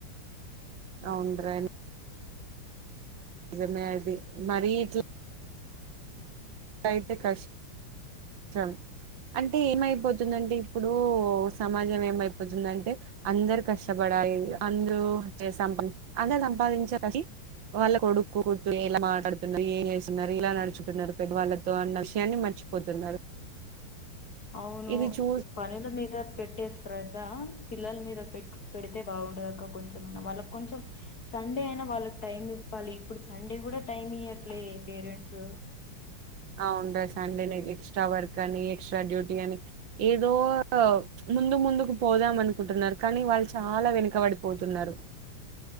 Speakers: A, on the right; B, on the left.
A: అవును డ్రాన్ నిజమే అది మరి ఇట్ల అయితే కష్టం అంటే ఏమైపోతుందంటే ఇప్పుడు సమాజం ఏమైపోతుందంటే అందరు కష్టపడాలి అందరూ సంపా అందరు సంపాదించసి వాళ్ళ కొడుక్కు కుర్తు ఇలా మాట్లాడుతున్నారు ఏం చేస్తున్నారు ఇలా నడుచుకున్నారు పెడ్ వాళ్ళతో అన్న విషయాన్ని మర్చిపోతున్నారు
B: అవును
A: ఇది చూ
B: ఈ పనిల మీద పెట్టేస్ శ్రధ పిల్లల మీద పెట్ పెడితే బాగుండదు అక్క కొంచెంమైనా వాళ్ళకి కొంచెం సండే అయినా వాళ్ళకి టైం ఇవ్వాలి ఇప్పుడు సండే కూడా టైం ఇయ్యట్లే పేరెంట్సు
A: అవును ర సండే నే ఎక్స్ట్రా వర్క్ అని ఎక్స్ట్రా డ్యూటీ అని ఏదో ముందు ముందుకు పోదాం అనుకుంటున్నారు కానీ వాళ్ళు చాలా వెనుకబడిపోతున్నారు